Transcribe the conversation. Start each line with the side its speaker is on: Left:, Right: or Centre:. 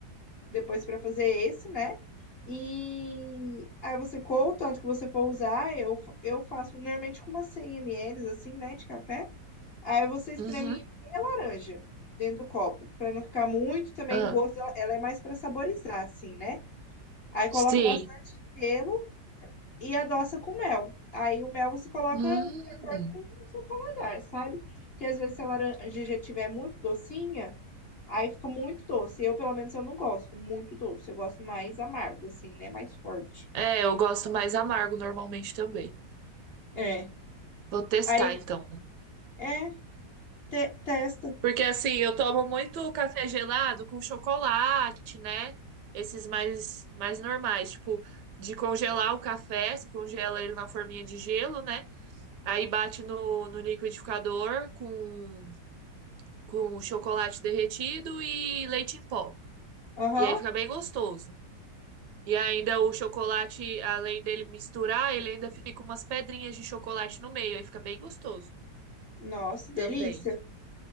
Left: depois para fazer esse, né? E aí você coa o tanto que você for usar, eu, eu faço normalmente com umas 100 ml, assim, né, de café. Aí você espreme
Right: Uhum.
Left: meia laranja dentro do copo, para não ficar muito também
Right: Ah,
Left: o gosto, ela, ela é mais para saborizar, assim, né? Aí coloca
Right: sim.
Left: bastante gelo e adoça com mel. Aí o mel você coloca
Right: Hum.
Left: de acordo com o seu paladar, sabe? Porque às vezes se a laranja já estiver muito docinha, Aí fica muito doce. Eu, pelo menos, eu não gosto muito doce. Eu gosto mais amargo, assim, né? Mais forte.
Right: É, eu gosto mais amargo normalmente também.
Left: É.
Right: Vou testar
Left: Aí,
Right: então.
Left: é, te- testa.
Right: Porque assim, eu tomo muito café gelado com chocolate, né? Esses mais mais normais, tipo de congelar o café, se congela ele na forminha de gelo, né? Aí bate no, no liquidificador com, com chocolate derretido e leite em pó.
Left: Aham.
Right: E aí fica bem gostoso. E ainda o chocolate, além dele misturar, ele ainda fica umas pedrinhas de chocolate no meio. Aí fica bem gostoso
Left: Nossa, delícia.
Right: também.